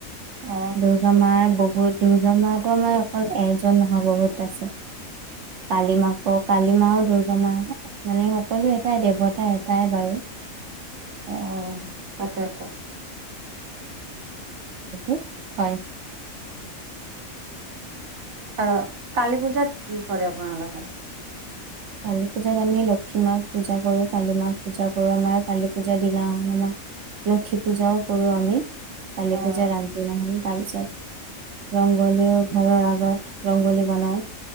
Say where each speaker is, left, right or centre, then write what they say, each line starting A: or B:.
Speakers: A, on the right; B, on the right.
A: অ
B: দুৰ্গা মাৰ বহুত দুৰ্গা মা আকৌ আমাৰ আকৌ এজন নহয় বহুত তছে কালি মা অ, কালি মা আৰু দূৰ্গা মা, মানে সকলো এটাই দেৱতা এটাই বাৰু।
A: অঁ, তাকেতো।
B: তে হয়
A: ৰ আৰু কালী পূজাত কি কৰে আপোনালোকে?
B: কালী পূজাত আমি লক্ষী মাক পূজা কৰো, কালি মাক পূজা কৰো। আমাৰ কালী পূজাৰ দিনা হ'ল আমাৰ লক্ষী পূজাও কৰো আমি। কালী
A: অ
B: পূজা ৰান সিনাখনি তাৰপিছত ৰংগোলীও ঘৰৰ আগত ৰংগোলী বনাওঁ।